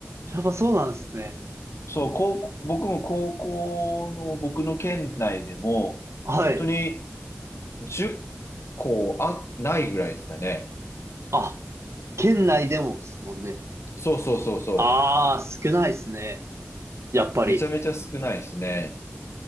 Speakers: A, on the right; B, on the left.
A: やっぱそうなんですね。
B: そう、高僕も高校の僕の県内でも、
A: はい。
B: 本当に10校あ、ないぐらいでしたね。
A: あ、県内でもですもんね。
B: そうそうそうそう。
A: ああ、少ないですね。やっぱり。
B: めちゃめちゃ少ないですね。